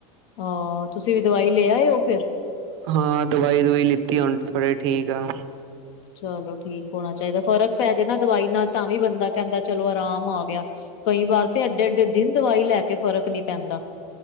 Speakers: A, on the left (about 50°); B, on the right (about 55°).
A: ਹਾਂ, ਤੁਸੀਂ ਵੀ ਦਵਾਈ ਲੈ ਆਇਓ ਫੇਰ?
B: ਹਾਂ, ਦਵਾਈ-ਦਵੂਈ ਲਿੱਤੀ ਹੁਣ ਥੋੜੇ ਠੀਕ ਆ।
A: ਚਲੋ, ਠੀਕ ਹੋਣਾ ਚਾਹੀਦਾ। ਫ਼ਰਕ ਪੈ ਜੇਨਾ ਦਵਾਈ ਨਾਲ ਤਾਂ ਵੀ ਬੰਦਾ ਕਹਿੰਦਾ ਚਲੋ ਆਰਾਮ ਆ ਗਿਆ। ਕਈ ਵਾਰ ਤੇ ਏਡੇ -ਏਡੇ ਦਿਨ ਦਵਾਈ ਲੈ ਕੇ ਫ਼ਰਕ ਨਹੀਂ ਪੈਂਦਾ।